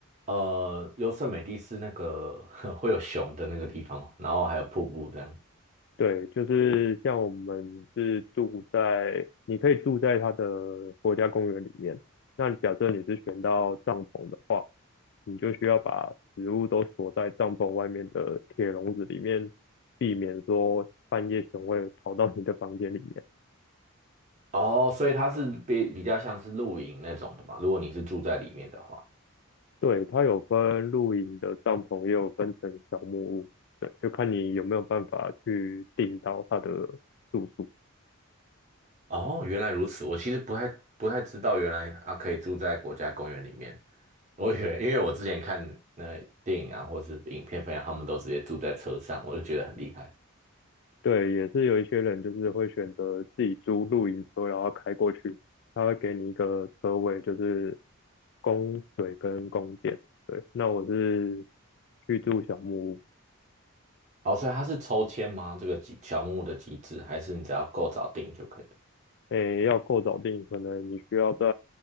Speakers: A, on the right; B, on the left.
A: 呃，优胜美地是那个 <laughs> 会有熊的那个地方嘛，然后还有瀑布这样。
B: 对，就是像我们是住在，你可以住在它的国家公园里面。那假设你是选到帐篷的话，你就需要把食物都锁在帐篷外面的铁笼子里面，避免说半夜熊会跑到你的房间里面。
A: 哦，所以它是比比较像是露营那种的嘛，如果你是住在里面的话。
B: 对，它有分露营的帐篷，也有分成小木屋，对，就看你有没有办法去订到它的住宿。
A: 哦，原来如此。我其实不太不太知道，原来啊可以住在国家公园里面。我以为，因为我之前看那电影啊，或是影片分享，他们都直接住在车上，我就觉得很厉害。
B: 对，也是有一些人就是会选择自己租露营车，然后开过去，他会给你一个车位，就是供水跟供电。对，那我是去住小木屋。
A: 哦，所以它是抽签吗？这个机小木屋的机制，还是你只要够早订就可以了？
B: 诶，要够早定，可能你需要在